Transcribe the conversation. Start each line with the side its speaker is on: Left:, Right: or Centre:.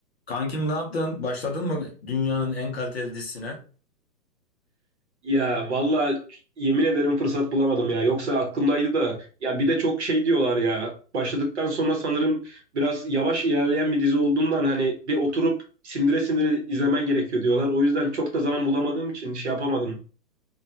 Left: Kankim ne yaptın? Başladın mı dünyanın en kaliteli dizisine?
Right: Ya valla yemin ederim fırsat bulamadım ya. Yoksa aklımdaydı da. Ya bir de çok şey diyorlar ya. Başladıktan sonra sanırım biraz yavaş ilerleyen bir dizi olduğundan hani bir oturup sindire sindire izlemen gerekiyor diyorlar. O yüzden çok da zaman bulamadığım için şey yapamadım.